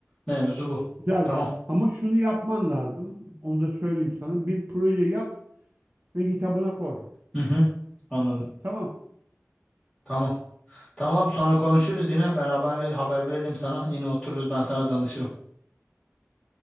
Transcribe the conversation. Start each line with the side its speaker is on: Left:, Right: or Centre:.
Centre: Mevzu bu.
Right: Güzel.
Centre: Tamam.
Right: Ama şunu yapman lazım. Onu da söyleyeyim sana. Bir proje yap ve kitabına koy.
Centre: Hı hı. Anladım.
Right: Tamam.
Centre: Tamam. Tamam sonra konuşuruz yine. Ben haberle haber veririm sana. Yine otururuz ben sana danışırım.